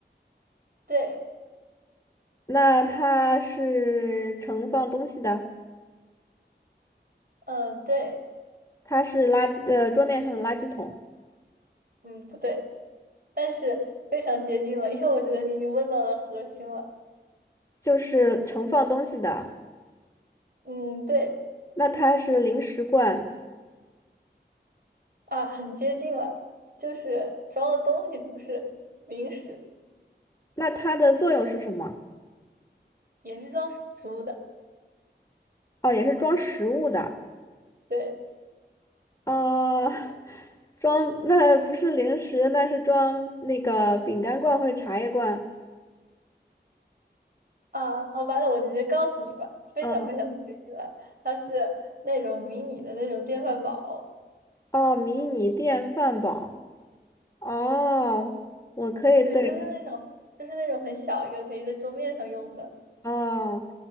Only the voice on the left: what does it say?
那它是盛放东西的，
它是垃圾呃桌面上的垃圾桶，
就是盛放东西的。
那它是零食罐，
那它的作用是什么？
哦，也是装食物的。
啊，装，那不是零食，那是装那个饼干罐或者茶叶罐。
嗯，
哦，迷你电饭煲。哦，我可以，
对，
哦，